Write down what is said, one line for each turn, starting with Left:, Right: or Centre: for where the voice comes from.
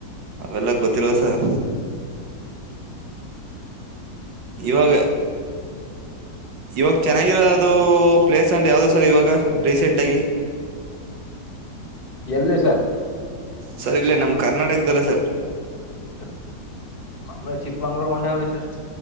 Right: ಅವೆಲ್ಲ ಗೊತ್ತಿಲ್ವ ಸರ್ ಇವಾಗ ಇವಾಗ ಚೆನ್ನಾಗಿರೋದು ಪ್ಲೇಸ್ ಅಂದ್ರೆ ಯಾವ್ದ ಸರ್ ಇವಾಗ ರೀಸೆಂಟ್ ಆಗಿ
Left: ಎಲ್ಲಿ ಸರ್
Right: ಸರ್ ಇಲ್ಲೇ ನಮ್ ಕರ್ನಾಟಕದಲ್ಲಿ <unintelligible> ಸರ್
Left: <unintelligible> ಮಾ ಚಿಕ್ಕ ಮಂಗಳೂರು ಹೊರಟೋಗ್ರಿ ಸರ್